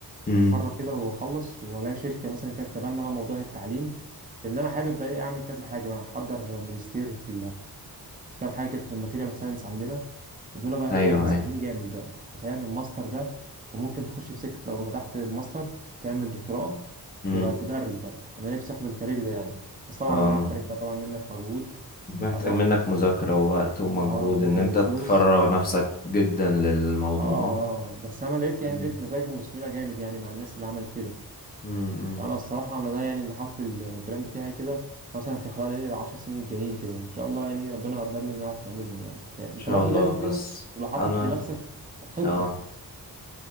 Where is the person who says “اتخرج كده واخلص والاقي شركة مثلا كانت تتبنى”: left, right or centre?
Right